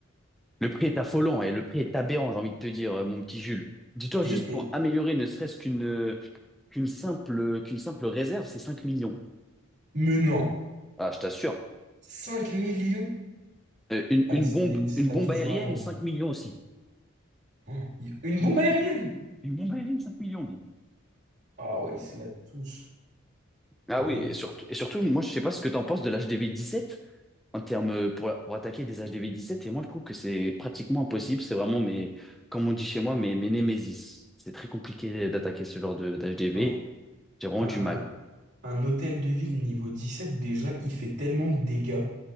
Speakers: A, in the centre; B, on the right.
A: le prix est affolant et le prix est aberrant, j'ai envie de te dire, euh, mon petit Jules. Dis-toi,
B: Et,
A: juste pour
B: et
A: améliorer ne serait-ce qu'une euh, qu'une simple, qu'une simple réserve, c'est 5 millions.
B: menant
A: Ah, je t'assure.
B: 5 millions?
A: Euh, une,
B: Ah,
A: une
B: il se,
A: bombe,
B: la il se
A: une
B: la
A: bombe
B: touche
A: aérienne,
B: vraiment.
A: 5 millions aussi.
B: Oh, il- Une
A: Une,
B: bombe aérienne!
A: une- une bombe aérienne, 5 millions, gros.
B: Ah ouais, il se la touche.
A: Ah
B: Mais
A: oui, et surtout, et surtout, moi, je sais pas ce que tu en penses de l'HDV17 en termes euh, pour, pour attaquer des HDV17. Et moi, je trouve que c'est pratiquement impossible. C'est vraiment mes, comme on dit chez moi, mes, mes némésis. C'est très compliqué d'attaquer ce genre de d'HDV.
B: en fait,
A: J'ai vraiment
B: un, un,
A: du mal.
B: un hôtel de ville niveau 17 déjà, il fait tellement de dégâts.